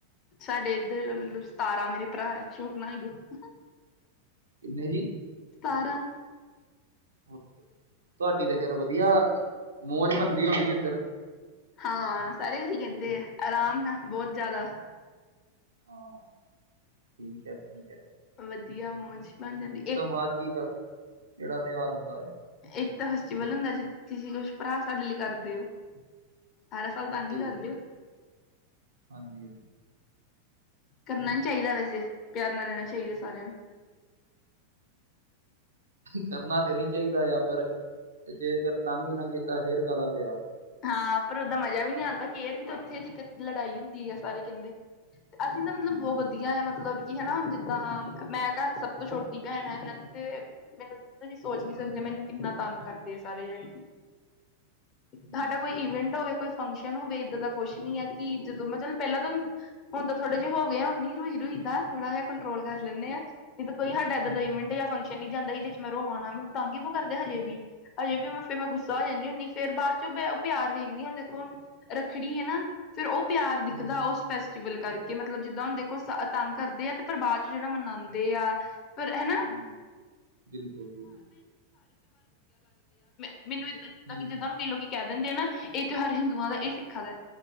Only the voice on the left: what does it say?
ਸਾਡੇ ਇੱਧਰ ਮਲਬ ਸਤਾਰਾਂ ਮੇਰੇ ਭਰਾ ਹੈ ਸ਼ੋਕ ਨਾ ਹੋਇਓ
ਸਤਾਰਾਂ।
ਹਾਂ ਸਾਰੇ ਇਹੀ ਕਹਿੰਦੇ ਆ ਆਰਾਮ ਨਾ ਬਹੁਤ ਜ਼ਿਆਦਾ।
ਵਧੀਆ ਮੌਜ ਬਣ ਜਾਂਦੀ ਇੱਕ।
ਇੱਕ ਤਾਂ ਫੈਸਟੀਵਲ ਹੁੰਦਾ ਜੇ <unintelligible> ਤੁਸੀਂ ਕੁਛ ਭਰਾ ਸਾਡੇ ਲਈ ਕਰਦੇ ਓ ਠਾਰਾਂ ਸਾਲ
ਤੰਗ
ਹੀ ਕਰਦੇ
ਓ
ਕਰਨਾ ਨੀ ਚਾਹੀਦਾ ਵੈਸੇ ਪਿਆਰ ਨਾਲ ਰਹਿਣਾ ਚਾਹੀਦਾ ਸਾਰਿਆਂ ਨੂੰ। <inaudible>
ਹਾਂ ਪਰ ਉਹਦਾ ਮਜ਼ਾ ਵੀ ਨਹੀਂ ਆਂਦਾ ਕੇਅਰ ਵੀ ਤਾਂ ਉੱਥੇ ਜਿੱਥੇ ਲੜਾਈ ਹੁੰਦੀ ਹੈ ਸਾਰੇ ਕਹਿੰਦੇ ਤਅਸੀਂ ਨਾ ਮਤਲਬ
ਬਹੁਤ ਵਧੀਆ ਆ ਮਤਲਬ। ਜੀ ਹਨਾ ਹੁਣ ਜਿੱਦਾਂ ਮੈਂ ਘਰ ਸਭ ਤੋਂ ਛੋਟੀ ਭੈਣ ਹੈ। ਇਹਨਾਂ ਦੀ ਤੇ ਮੈਨੂੰ ਤੁਸੀਂ ਸੋਚ ਨੀ ਸਕਦੇ
ਮੈਨੂੰ ਕਿੰਨਾ ਤੰਗ ਕਰਦੇ ਆ ਸਾਰੇ ਜਾਣੇ।
ਸਾਡਾ ਕੋਈ
ਈਵੈਂਟ
ਹੋਵੇ ਕੋਈ ਫੰਕਸ਼ਨ ਹੋਵੇ ਇੱਦਾਂ ਦਾ ਕੁਛ ਨੀ ਹੈ ਕਿ ਜਦੋਂ ਮਤਲਬ ਪਹਿਲਾਂ ਤਾਂ ਹੁੰਦਾ ਥੋ ਜੇ ਹੋ ਗਿਆ ਉਨੀ ਰੁਈ ਰੁਈਦਾ ਥੋੜਾ ਜਹਾ ਕੰਟਰੋਲ ਕਰ ਲੈਂਨੇ ਹਾਂ ਜਿੱ ਕੋਈ ਸਾਡਾ ਇਦਾਂ
ਦਾ ਈਵੈਂਟ ਜਾਂ ਫੰਕਸ਼ ਨੀ ਜਾਂਦਾ ਸੀ ਜਿਸ ਮੈਂ ਰੋ ਆਉਣਾ ਮੈਨੂੰ ਤਾਂਗ ਹੀ ਵੋ ਕਰਦੇ ਹਜੇ ਵੀ ਹਜੇ ਵੀ ਮ ਫਿਰ ਮੈਂ ਗੁੱਸਾ ਹੋ ਜਾਂਨੀ ਹੁੰਨੀ ਫਰ ਬਾਅਦ ਚ ਬ ਉਹ ਪਿਆਰ ਵੇਖਦੀ ਹਾਂ ਦੇਖੋ ਰੱਖੜੀ ਹੈ ਨਾ ਫੇਰ ਉਹ ਪਿਆਰ ਦਿਖਦਾ
ਉਸ ਫੈਸਟੀਵਲ ਕਰਕੇ ਮਤਲਬ ਜਿੱਦਾਂ ਹੁਣ ਦੇਖੋ ਸ ਤੰਗ ਕਰਦੇ ਆ ਤੇ ਬਾਦ ਪਰਿਵਾਰ ਚ ਜਿਹੜਾ ਮਨਾਉਂਦੇ ਆ ਪਰ ਹੈਨਾ
ਮੈਨੂੰ ਏਦਾਂ ਨੀ ਹੁੰਦਾ
ਕਿ ਜਿੱਦਾਂ ਨੂੰ ਕਈ ਲੋਕੀ ਕਹਿ ਦਿੰਦੇ ਆ ਨਾ ਇਹ ਤਿਉਹਾਰ ਹਿੰਦੂਆਂ ਦਾ ਇਹ ਸਿੱਖਾਂ ਦਾ।